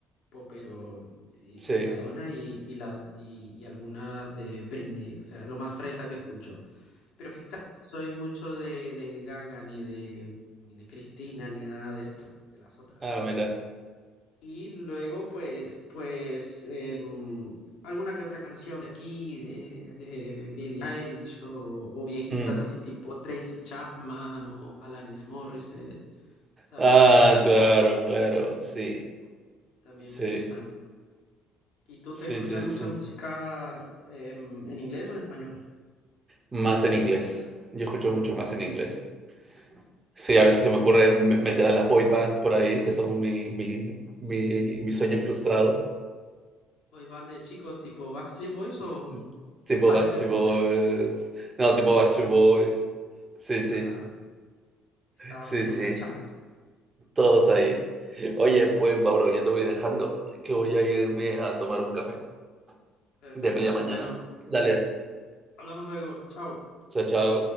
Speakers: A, on the left; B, on the right.
A: popero y,
B: Sí.
A: y Madonna y, y las y, y algunas de Britney. O sea, es lo más fresa que escucho. Pero fíjate que no soy mucho de Lady Gaga, ni de, ni de Cristina, ni nada de esto, de las otras.
B: Ah, mira.
A: Y luego, pues, pues, em, alguna que otra canción de aquí, de, de Billie Eilish, o, o viejitas
B: Mm.
A: así tipo Tracy Chapman, o Alanis Morissette, ¿sabes?
B: Ah, claro, claro, sí.
A: También
B: Sí,
A: me gustan. ¿Y tú
B: sí,
A: te escuchas
B: sí,
A: mucha
B: sí.
A: música em, en inglés o en español?
B: Más en inglés. Yo escucho mucho más en inglés. Sí, a veces
A: Sí.
B: se me ocurre me- meter a las boy band por ahí, que son mi, mi, mi, mi sueño frustrado.
A: Boy band de chicos tipo Backstreet Boys o,
B: S- s-
A: o o
B: Tipo
A: Spice
B: Backstreet
A: Girls.
B: Boys.
A: <laughs>
B: No, tipo Backstreet Boys. Sí, sí,
A: Ah, Estábamos
B: sí,
A: todos
B: sí.
A: chamacos.
B: Todos ahí. Oye, pues
A: Sí,
B: Mauro,
A: sí, sí.
B: ya te voy dejando, que voy a irme a tomar un café
A: Perfecto.
B: de media mañana.
A: Bueno,
B: Dale,
A: hablamos luego. Chao.
B: chao, chao.